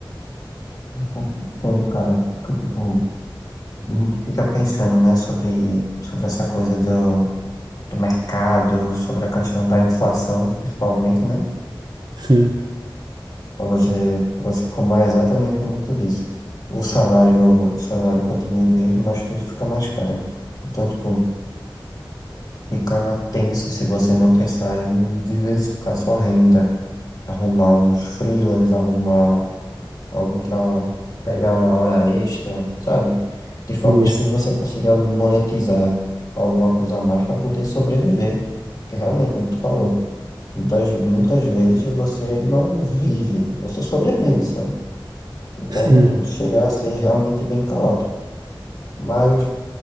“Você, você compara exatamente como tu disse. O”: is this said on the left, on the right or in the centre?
Left